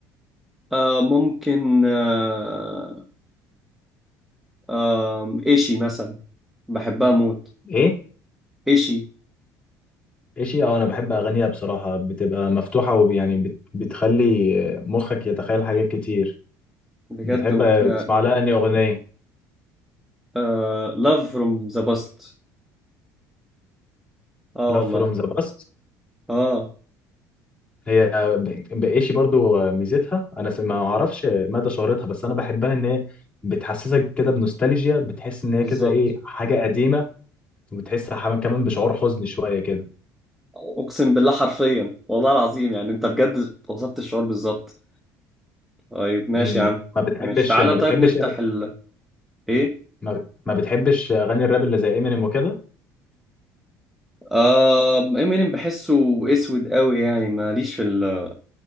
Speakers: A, in the centre; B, on the left.
A: آه ممكن آه آه ايشي مثلا بحبها موت
B: ايه
A: ايشي
B: ايه شيء اه انا بحب اغانيها بصراحه بتبقى مفتوحه ويعني بت... بتخلي آه، مخك يتخيل حاجات كتير
A: بجد
B: بتحب
A: وب...
B: تسمع لها انهي اغنيه
A: آه love from the past اه
B: Love
A: والله
B: from the past
A: اه
B: هي ب- بقيشي برضو ميزتها انا س- ما اعرفش مدى شهرتها بس انا بحبها ان هي بتحسسك كده بنوستالجيا بتحس ان
A: بالظبط
B: هي كده ايه حاجه قديمه وبتحس ح- كمان بشعور حزن شويه كده
A: اقسم بالله حرفيا والله العظيم يعني انت بجد وصفت الشعور بالظبط طيب ماشي
B: امم
A: يا عم
B: ما بتحبش
A: ماشي تعالى
B: ما
A: طيب
B: بتحبش
A: نفتح ال ايه
B: ما بت- ما بتحبش اغاني الراب اللي زي امينيم وكده
A: آه امينيم بحسه اسود قوي يعني ماليش في ال